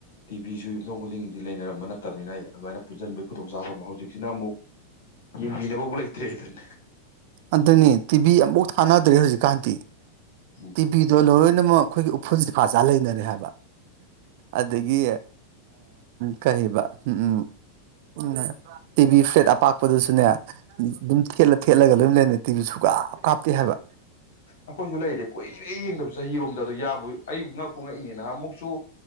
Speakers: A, on the left; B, on the right.
A: ꯇꯤꯚꯤꯁꯨ ꯌꯨꯝꯊꯣꯡ ꯈꯨꯗꯤꯡꯒꯤꯗꯤ ꯂꯩꯅꯔꯝꯕ ꯅꯠꯇ ꯆꯠꯇꯃꯤꯅ ꯑꯩ ꯑꯗꯨꯃꯥꯏꯅ ꯄꯨꯟꯕꯒꯤ ꯈꯨꯗꯣꯡꯆꯥꯕ ꯍꯧꯖꯤꯛꯁꯤꯅ ꯑꯃꯨꯛ ꯌꯦꯡꯕꯤꯅꯕꯕꯨ ꯂꯩꯇꯦ ꯇ꯭ꯔꯦꯗꯟ
B: ꯑꯗꯨꯅꯤ ꯇꯤꯚꯤ ꯑꯃꯐꯥꯎ ꯊꯥꯅꯗ꯭ꯔꯦ ꯍꯧꯖꯤꯛ ꯀꯥꯟꯇ
A: ꯎꯝ
B: ꯇꯤꯕꯤꯗꯣꯜ ꯍꯣꯏ ꯑꯅꯃꯛ ꯑꯩꯈꯣꯏꯒꯤ ꯎꯐꯨꯜꯁꯤꯦ ꯀꯥꯖꯥ ꯂꯩꯅꯔꯦ ꯍꯥꯏꯕ ꯑꯗꯒꯤ ꯀꯔꯤꯕ ꯎ ꯎꯝ ꯎ ꯇꯤꯚꯤ ꯐ꯭ꯂꯦꯠ ꯑꯄꯥꯛꯄꯗꯨꯁꯨꯅꯦ ꯑꯗꯨꯝ ꯊꯦꯠꯂ ꯊꯦꯠꯂꯒ ꯂꯣꯏ ꯂꯩꯅꯔꯦ ꯇꯤꯚꯤ ꯁꯨꯀꯥꯞ ꯀꯥꯞꯇꯦ ꯍꯥꯏꯕ
A: ꯑꯈꯣꯏꯁꯨꯨꯂꯥꯏ ꯔꯦꯀꯣꯏ ꯏꯔꯦ ꯌꯦꯡꯗꯕ ꯆꯍꯤꯔꯣꯝꯗ ꯑꯗꯨ ꯌꯥꯕꯨ ꯑꯩ ꯉꯛꯄꯨ ꯉꯛꯏꯅꯤ ꯅꯍꯥꯟ ꯑꯃꯨꯛꯁꯨ